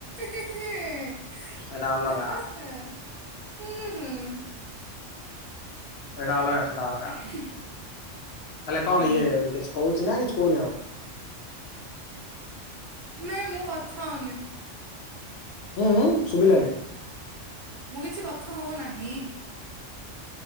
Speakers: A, on the right; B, on the left.
A: <unintelligible>
B: ସେଇଟା
A: ହୁଁ
B: ଅଲଗା
A: ହୁଁ।
B: ଏଟା ଅଲଗା ସେଟା ଅଲଗା।
A: <unintelligible>
B: ହେଲେ କଣ
A: ହୁଁ
B: ଇଏ କିଛି କହୁଛି ନା କିଛି କହୁନି ଆଉ?
A: ନାଇଁ ମୁଁ କଥା ହଉନି।
B: ଉଁ ଉଁ ଶୁବିଲାନି।
A: ମୁଁ କିଛି କଥା ହଉନାହିଁ।